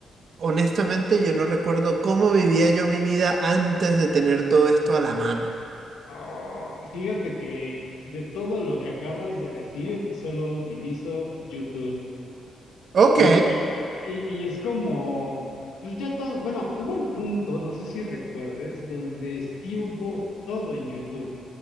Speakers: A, on the right; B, on the left.
A: Honestamente, yo no recuerdo cómo vivía yo mi vida antes de tener todo esto a la mano.
B: Ah, fíjate que de todo lo que acabas de decir, solo utilizo YouTube.
A: Ok,
B: Y, y, y, y es como, pues ya todo, bueno, hubo un punto, no sé si recuerdes, donde sí hubo todo en YouTube.